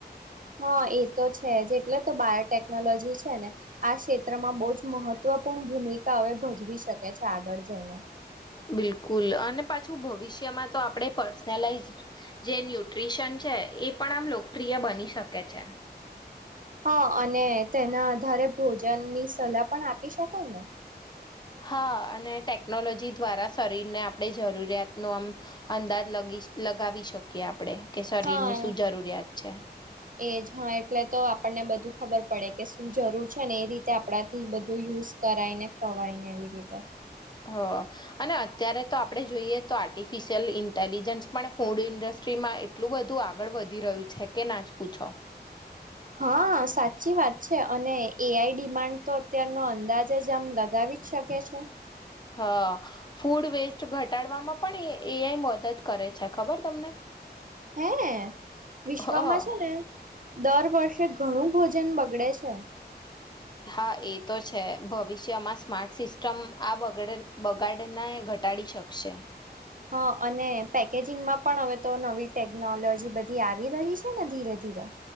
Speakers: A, on the right (about 50°); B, on the left (about 25°).
A: હા એ તો છે જ એટલે તો બાયોટેકનોલોજી છે ને આ ક્ષેત્રમાં બહુ જ મહત્વપૂર્ણ ભૂમિકા હવે ભજવી શકે છે આગળ જઈને
B: બિલકુલ અને પાછું ભવિષ્યમાં તો આપણે પર્સનલાઈઝ જે ન્યુટ્રીશન છે એ પણ આમ લોકપ્રિય બની શકે છે
A: હા અને તેના આધારે ભોજન ની સલાહ પણ આપી શકાય ને
B: હા અને ટેકનોલોજી દ્વારા શરીરને આપણે જરૂરિયાતનો આમ અંદાજ લગી લગાવી શકીએ આપણે કે શરીરની
A: હા
B: શું જરૂરિયાત છે
A: એજ હા એટલે તો આપણને બધું ખબર પડે કે શું જરૂર છે ને એ રીતે આપણા થી બધું યુઝ કરાય ને ખવાય ને એવી રીતે
B: હ અને અત્યારે તો આપણે જોઈએ તો આર્ટિફિશિયલ ઇન્ટેલિજન્સ પણ ફૂડ ઇન્ડસ્ટ્રીમાં એટલું બધું આગળ વધી રહ્યું છે કે ના પૂછો
A: હા સાચી વાત છે અને એઆઈ ડિમાન્ડ તો અત્યારનો અંદાજ જ આમ લગાવી જ શકે છે
B: હા ફૂડ વેસ્ટ ઘટાડવામાં પણ એઆઈ મદદ કરે છે ખબર તમને
A: હે વિશ્વમાં
B: હ
A: છે ને દર વર્ષે ઘણું ભોજન બગડે છે
B: હા એ તો છે ભવિષ્યમાં સ્માર્ટ સિસ્ટમ આ બગાડને ઘટાડી શકશે
A: હ અને પેકેજિંગમાં પણ હવે તો નવી ટેકનોલોજી બધી આવી રહી છે ને ધીરે ધીરે